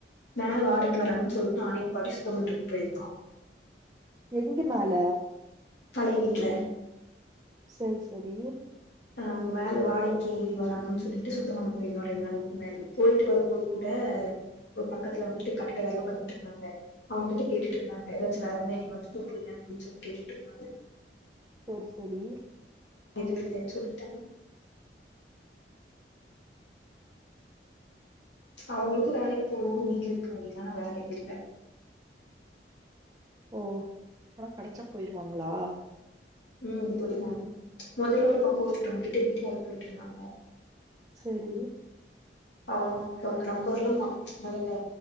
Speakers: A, on the left; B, on the right.
A: மேல வாடக்கு வரங்கான் சொல்ட்டு நானு எங்க பாட்டியு சுத்தமண்டறதுக்கு போயிருந்தோ
B: எங்க மேல
A: பழைய வீட்ல
B: செர் செரி
A: அ அங்க மேல வாடக்கி வராங்கன்னு சொல்லிட்டு சுத்தமண்ண போயிருந்தோ ரெண்டு நாளுக் முன்னாடி போய்ட்டு வரும்போது கூட ஒரு பக்கத்துல வந்துட்டு கட்டட வேல வந்ட்டு இருந்தாங்க அவங்கிட்ட கேட்டுட்டு இருந்தாங்க ஏதாச்சு வேறந்த நீங்க வச்சு கூப்டுங்க அப்டின் சொல்லி கேட்டுட்டு இருந்தாங்க
B: சேர் செரி
A: இது இல்ல சொல்டெ அவங்களுக்கு வேலக் போனு வீட்ல இருக்கு வேல ஆனா வேற எது இல்ல
B: ஓ ஆனா கிடைச்சா போயிருவாங்களா
A: ம் போய்ருவாங்க முதல்ல ஒரு பக்க ஒருத்தவங்கட்ட வீட்டு வேலக்கு போயிட்டு இருந்தாங்க
B: சரி
A: அவனு அவங்க நம்பர்லா மொதல்ல